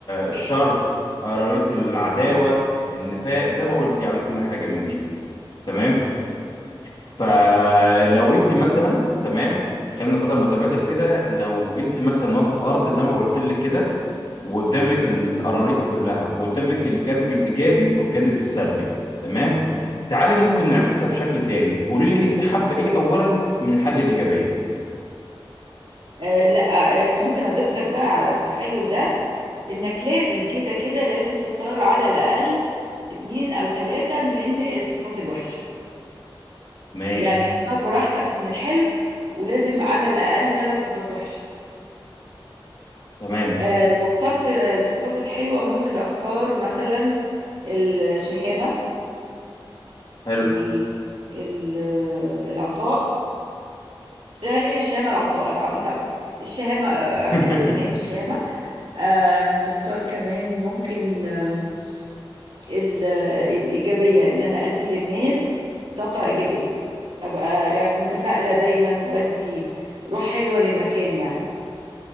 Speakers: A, on the left (about 55°); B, on the right (about 80°).
A: الشر قريت العداوه
B: مم.
A: النفاق زي ما قلت يعني كل حاجه من دي تمام فلو انت مثلا تمام خلينا ناخدها متبادل كده لو انت مثلا واقفه في ارض زي ما قلت لك كده وقدامك القراريط كلها وقدامك الجانب الايجابي والجانب السلبي تمام تعالي ممكن نعكسها بشكل تاني قولي لي انت حابه ايه اولا من الحاجه الايجابيه
B: آه لا آه ممكن اضيف لك بقى على التخيل ده انك لازم كده كده لازم تختار على الاقل اتنين او تلاتة من الصفات الوحشة
A: ماشي
B: يعني اختار براحتك من الحلو ولازم على الأقل ثلاث صفات وحشة
A: تمام
B: آه لو اخترت الصفات الحلوة ممكن اختار مثلا الشهامة
A: حلو
B: والعطاء ايه الشهامة العطاء انا عبيطة قوي الشهامة آه، اعتبر
A: <laughs>
B: ان هي الشهامة آه نختار كمان ممكن آم، ال- آه، الإيجابية ان انا ادي للناس طاقة إيجابية ابقى يعني متفائلة دايما وبدي روح حلوة للمكان يعني